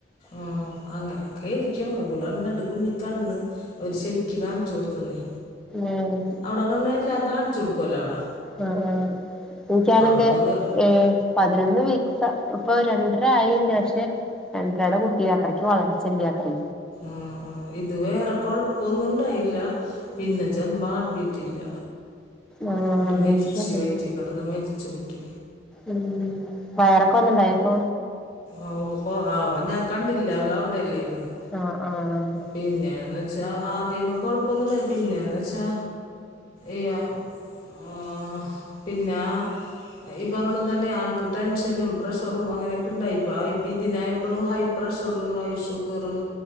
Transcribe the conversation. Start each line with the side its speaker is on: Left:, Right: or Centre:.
Left: അഹ് അങ്ങനൊക്കൊയിരിക്കും ഇവൾ പറഞ്ഞു രണ്ടു കുഞ്ഞി കണ്ണ് അവര് ശരിക്ക് കാണിച്ചു കൊടുത്തന്നേ
Centre: ഏഹ്
Left: അവിടെക്കൊ പിന്നെ എല്ലാം കാണിച്ചു കൊടുക്കുവല്ലോ അവിടെ
Centre: ആഹ് ആഹ് എനിക്കാണെന്റെ
Left: അവളിപ്പക്ക്
Centre: ഏഹ് പതിനൊന്ന് വീക്സ ഇപ്പൊ രണ്ടര ആയീണ്ട് പക്ഷെ,, രണ്ടരയുടെ കുട്ടി അത്രയ്ക്ക് വളർച്ചല്ല ത്രെ
Left: ആഹ് ആഹ് ഇത് വേറെ കൊഴപ്പൊന്നും ഉണ്ടായില്ല പിന്നെ ചെന്ന് ഹാർഡ് ബീറ്റില്ല
Centre: ആഹ്
Left: കുട്ടി മരിച്ച്
Centre: എനിക്കറിയ
Left: വയറ്റി കടന്ന് മരിച്ച് കുട്ടി
Centre: ഉം വയറൊക്കെ വന്ന്ണ്ടായോ അപ്പൊ
Left: ആഹ് ആവാ ഞാൻ കണ്ടില്ല അവൾ അവിടെയല്ലോയിരുന്നോ
Centre: ആഹ് ആഹ് ആഹ്
Left: പിന്നേന്ന് വെച്ചാൽ ആദ്യം കുഴപ്പമൊന്നില്ല പിന്നേന്ന് വച്ചാ ഈ ഉം പിന്നാ ഈ പറഞ്ഞത് തന്നെ ആൾക്ക് ടെൻഷനും പ്രഷറും അങ്ങനെയൊക്കെ ഉണ്ടായിപ്പ ഇപ്പ ഇതിനായി ഇപ്പോഴും ഹൈ പ്രഷർ ഹൈ ഷുഗറ്